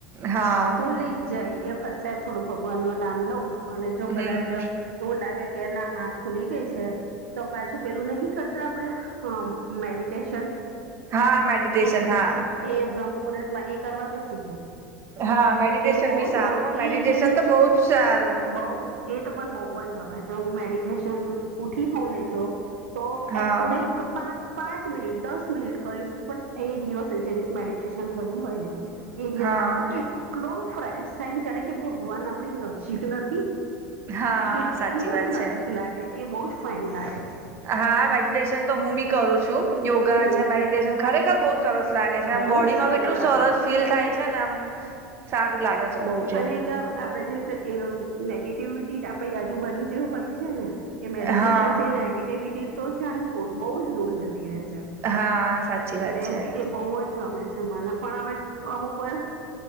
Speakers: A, on the right (about 40°); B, on the right (about 90°).
A: હા
B: ખુલી. જાય, એક હશે થોડું ભગવાનનું નામ લઉં. અને જો કદાચ
A: હમ
B: એવું લાગે કે ના આંખ ખુલી ગઈ છે. તો પાછું પેલું નહી કરતા આપડે, હમ્મ મેડિટેશન.
A: હા, મેડિટેશન
B: એ
A: હા.
B: એ બ્રહ્મુહૂર્તમાં એ કરવા બેસી જવું.
A: હા મેડિટેશન
B: એ બહ
A: બી સારું
B: જ
A: હ મેડિટેશન
B: એ જે દો
A: તો
B: જો,
A: બહુ જ સારું
B: બહ જ. એ તો મને બહુ જ ગમે છે, હું મેડિટેશન ઊઠી હોઉં ને તો
A: હા
B: <unintelligible> પાં પાંચ મિનિટ, દસ મિનિટ કરે પણ. એ દિવસે જે દિવસ મેડિટેશન થયું હોય ને, એ દિવસ
A: હા
B: આખું એ. એટલો ફ્રેશ થાયને, જાણે કે ભગવાન આપણી નજીક નથી.
A: હા
B: એટલું
A: સાચી વાત
B: નજીક
A: છે.
B: લાગે, એ બહ જ ફાઈન લાગે.
A: હા મેડિટેશન તો હું બી કરું છું યોગા
B: હમ
A: છે મેડિટેશન ખરેખર બો સરસ લાગે છે આમ
B: બહુ
A: બોડી
B: જ સારું
A: માં બી એટલું
B: લાગે
A: સરસ
B: છે
A: ફીલ થાય છે ને આમ સારું લાગે છે. બહુ જ
B: અને
A: એમ
B: એક આપણેે જે નેગેટિવિટી આપણી આજુબાજુ જે હોય છે ને એ મેડિટેશન
A: હા
B: થી નેગેટિવિટી તો જાણે બોજ દૂર જતી રે છે
A: હા સાચી
B: એટલે
A: વાત છે
B: એમ એ બવ જ ગમે છે મને પણ હવે અમુક વાર